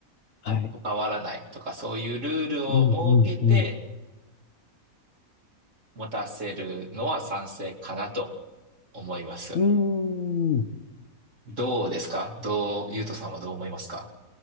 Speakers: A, on the left; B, on the right.
A: はい。
B: 関わらないとか、そういうルールを設けて
A: うん、うん、うん。
B: 持たせるのは賛成かなと思います。
A: うーん。
B: どうですかどう、ゆうとさんはどう思いますか